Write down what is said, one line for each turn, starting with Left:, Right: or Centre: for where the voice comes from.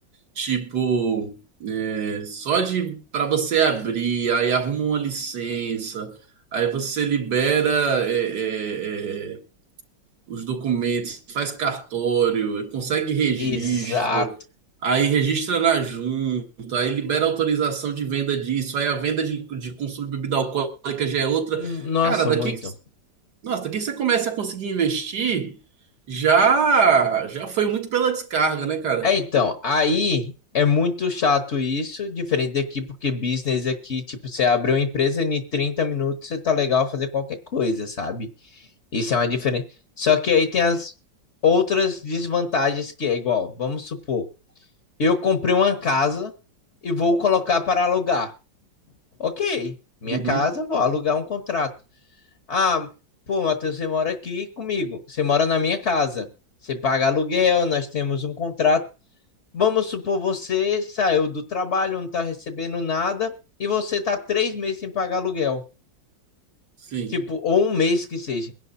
Right: Tipo, é, só de para você abrir, aí arruma uma licença, aí você libera é, é, é, os documentos, faz cartório, consegue registro,
Left: Exato.
Right: aí registra na junta, aí libera autorização de venda disso, aí a venda de, de consumo de bebida alcoólica já é outra.
Left: Hum, Nossa,
Right: Cara, daqui
Left: muito.
Right: que, nossa, daqui que você começa a conseguir investir, já já foi muito pela descarga, né, cara?
Left: É, então, aí é muito chato isso, diferente daqui, porque business aqui, tipo, você abre uma empresa e em 30 minutos você tá legal fazer qualquer coisa, sabe? Isso é uma diferença. Só que aí tem as outras desvantagens que é igual. Vamos supor, eu comprei uma casa e vou colocar para alugar. Ok, minha
Right: Uhum,
Left: casa, vou alugar um contrato. Ah, pô, Matheus, você mora aqui comigo. Você mora na minha casa. Você paga aluguel, nós temos um contrato. Vamos supor, você saiu do trabalho, não está recebendo nada e você está três meses sem pagar aluguel.
Right: sim,
Left: Tipo, ou um mês que seja.